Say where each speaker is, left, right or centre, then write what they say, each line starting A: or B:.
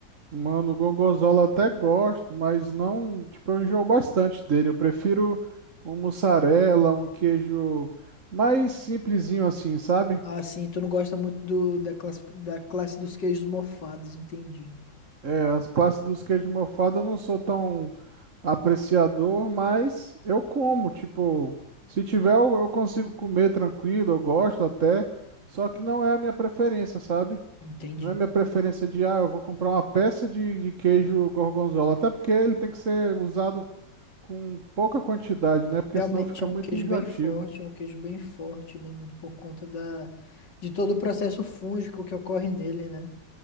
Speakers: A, on the right; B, on the left.
A: Mano, gorgonzola até gosto, mas não, tipo, eu enjoo bastante dele. Eu prefiro um mussarela, um queijo mais simplesinho assim, sabe?
B: Ah, sim, tu não gosta muito do, da classe, da classe dos queijos mofados, entendi.
A: É, as classes dos queijos mofados eu não sou tão apreciador, mas eu como, tipo, se tiver eu, eu consigo comer tranquilo, eu gosto até, só que não é a minha preferência, sabe?
B: Entendi.
A: Não é minha preferência de, ah, eu vou comprar uma peça de, de queijo gorgonzola, até porque ele tem que ser usado com pouca quantidade, né? Porque
B: Realmente
A: senão fica
B: é um
A: muito
B: queijo
A: enjoativo.
B: bem forte, é um queijo bem forte, né, mano? Por conta da, de todo o processo fúngico que ocorre nele, né?